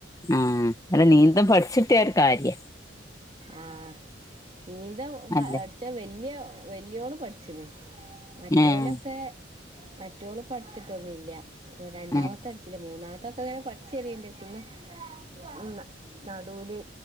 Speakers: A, on the left (about 15°); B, on the right (about 30°).
A: ഉം അല്ല നീന്തം പഠിച്ചിട്ടിയാ ഒരു കാര്യാ
B: ആഹ് നീന്തം പ
A: അല്ലേ
B: പഠിച്ചാ വെല്ല്യ വെല്യോള് പഠിച്ചിണ് മറ്റോലൊക്കെ
A: ഏഹ്
B: മറ്റോള് പഠിച്ചിട്ടൊന്നുല്ല. രണ്ടാമത്തെ
A: ഏഹ്
B: പടിച്ചില്ല മൂന്നാമത്തൊക്കെ ഇങ്ങനെ പഠിച്ച് വെര്ന്ന്ണ്ട് പിന്നെ ഉം നാ ന ഓല്